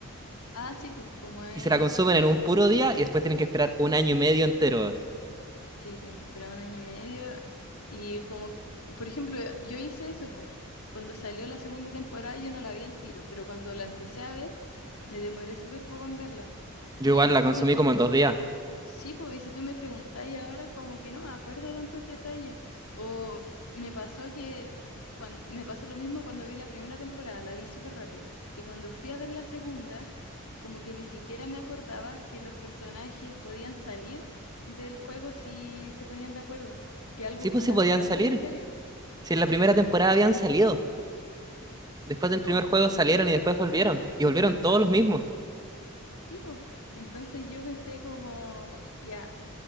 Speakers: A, on the left; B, on the right.
A: Ah, sí, pues como es,
B: y se la consumen en un puro día y después tienen que esperar un año y medio entero.
A: sí, tienen que esperar un año y medio y como, por ejemplo, yo hice eso, pues, cuando salió la segunda temporada yo no la vi al tiro, pero cuando la empecé a ver me demoré súper poco en verla.
B: Yo
A: Y
B: igual
A: si
B: la
A: tú
B: consumí
A: me
B: como en dos días.
A: Sí, pues, y si tú me preguntáis ahora, como que no me acuerdo tantos detalles. O me pasó que cuan- me pasó lo mismo cuando vi la primera temporada, la vi súper rápido. Y cuando fui a ver la segunda, como que ni siquiera me acordaba que los personajes podían salir del juego si se ponían de acuerdo, que algo
B: Sí,
A: fundamental
B: pues sí podían salir.
A: de la serie.
B: Si en la primera temporada habían salido. Después
A: Sí,
B: del
A: pues,
B: primer juego salieron y después volvieron. Y volvieron todos los mismos.
A: sí, pues. Entonces yo pensé como, ya.